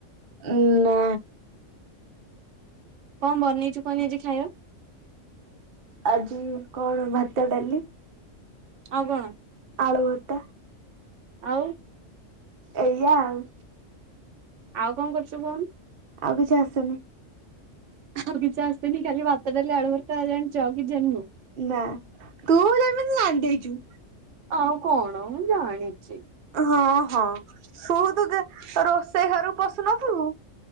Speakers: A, on the right (about 50°); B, on the right (about 75°).
A: ଉ ନା।
B: କଣ ବନେଇଛୁ କହନି ଆଜି ଖାଇବା?
A: ଆଜି କଣ ଭାତ ଡାଲି?
B: ଆଉ କଣ?
A: ଆଲୁଭର୍ତା।
B: ଆଉ?
A: ଏଇଆ ଆଉ।
B: ଆଉ କଣ କରୁଛୁ କହୁନୁ?
A: ଆଉ କିଛି ଆସେନି।
B: ଆଉ କିଛି ଆସେନି ଖାଲି ଭାତ ଡାଲି ଆଲୁଭର୍ତା ହିଁ ଜାଣିଛୁ ଆଉ କିଛି ଜାଣିନୁ?
A: ନା ତୁ ଯେମିତି ଯାଣିଦେଇଚୁ।
B: ଆଉ କଣ ମୁଁ ଜାଣିଛି।
A: ହଁ ହଁ ଶୁ ତୁ ରୋଷେଇ ଘରକୁ ପଶୁନଥିବୁ